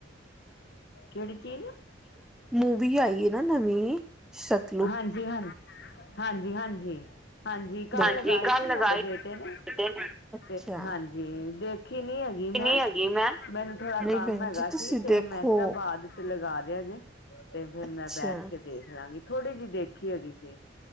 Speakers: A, on the left; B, in the centre.
A: ਕਿਹੜੀ ਚੀਜ਼?
B: ਮੂਵੀ ਆਈ ਨਾ ਨਵੀਂ ਸਤਲੁਜ।
A: ਹਾਂਜੀ-ਹਾਂਜੀ-ਹਾਂਜੀ-ਹਾਂਜੀ। ਹਾਂਜੀ
B: ਹਾਂਜੀ
A: ਲਗਾਈ
B: ਕੱਲ
A: ਸੀ
B: ਲਗਾਈ
A: ਸਾਡੇ ਬੇਟੇ ਨੇ
B: ਤੇ ਅੱਛਾ
A: ਤੇ ਹਾਂਜੀ, ਦੇਖੀ ਨੀ ਮੈਂ
B: ਕਿੰਨੀ ਹੈਗੀ ਮੈਂ
A: ਮੈਨੂੰ ਥੋੜਾ
B: ਨਹੀਂ
A: ਕੰਮ
B: ਭੈਣ
A: ਹੈਗਾ
B: ਜੀ ਤੁਸੀਂ
A: ਸੀ ਤੇ
B: ਦੇਖੋ
A: ਮੈਂ ਕਿਹਾ ਬਾਅਦ ਫਿਰ ਲਗਾ ਦਿਆਗੇ ਤੇ ਫਿਰ
B: ਅੱਛਾ
A: ਮੈਂ ਬੈਠ ਕੇ ਦੇਖ ਲਾਂਗੀ ਥੋੜ੍ਹੀ ਜਿਹੀ ਦੇਖੀ ਹੈਗੀ ਸੀ।